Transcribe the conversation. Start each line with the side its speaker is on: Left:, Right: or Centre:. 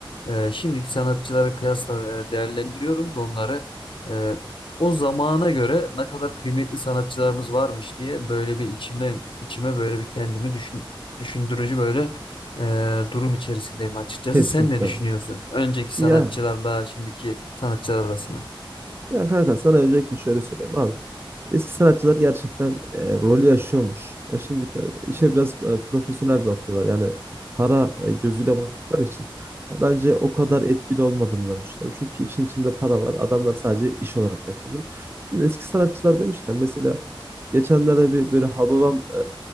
Left: E, şimdiki sanatçılara kıyasla e, değerlendiriyorum da onları. E, o zamana göre ne kadar kıymetli sanatçılarımız varmış diye böyle bir içimden içime böyle bir kendimi düşün, düşündürücü böyle e, durum içerisindeyim açıkçası.
Right: Kesinlikle.
Left: Sen ne düşünüyorsun? Önceki
Right: Ya
Left: sanatçılarla şimdiki sanatçılar arasında.
Right: ya kanka sana öncelikle şöyle söyleyeyim abi. Eski sanatçılar gerçekten e, rolü yaşıyormuş. E, şimdikiler işe biraz e, profesyonel bakıyorlar. Yani para e, gözüyle baktıkları için. Ya bence o kadar etkili olmadığını ben düşünüyorum. Çünkü işin içinde para var. Adamlar sadece iş olarak yapıyor bunu. Şimdi eski sanatçılar demişken mesela Geçenlerde bir böyle Hababam e,